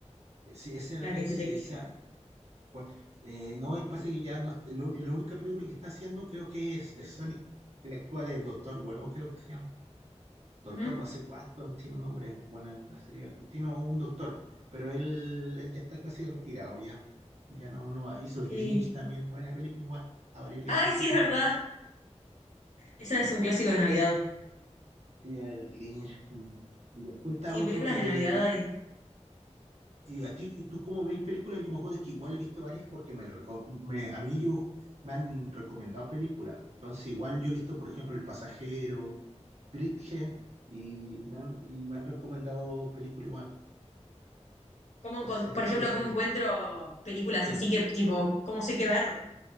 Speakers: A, on the right; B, on the left.
A: sí, esa,
B: la
A: es-
B: que es detective.
A: esa, cua- eh, no, el pase que ya no, la, la única película que está haciendo creo que es, es Sonic, que le actúa del Doctor Huevo, creo que se llama. doctor
B: Ujú.
A: no sé cuánto, no tiene un nombre, bueno, en la serie, tiene un doctor, pero él, él ya está casi retirado ya, ya no, no va. hizo el
B: Sí.
A: Grinch también, buena película igual, a varios les
B: Ay,
A: gusta
B: sí,
A: igual
B: es verdad.
A: el Grinch.
B: Esa
A: Sí,
B: es un clásico de Navidad.
A: sí, el Grinch. mm. Y después está
B: Sí,
A: otro
B: películas
A: que,
B: de Navidad. y
A: y a ti, ¿y tú cómo veis películas? Yo me acuerdo es que igual he visto varias porque me, la reco- me- a mí yo, me han recomendado películas, entonces igual yo he visto, por ejemplo, El Pasajero, Bridget, y me han, y me han recomendado películas igual.
B: ¿Cómo
A: Entonces,
B: encon- por
A: no
B: ejemplo,
A: sé si
B: cómo encuentro películas
A: Sí,
B: así que, tipo, cómo sé qué ver?